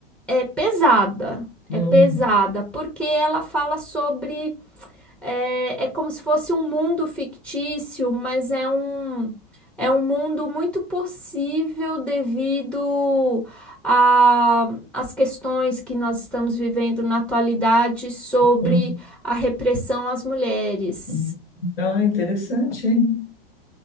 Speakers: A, in the centre; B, on the left.
A: é, pesada.
B: Hum,
A: É pesada, porque ela fala sobre É, é como se fosse um mundo fictício, mas é um, é um mundo muito possível devido a- às questões que nós estamos vivendo na atualidade sobre
B: hum,
A: a repressão às mulheres.
B: hum. Ah, interessante, hein?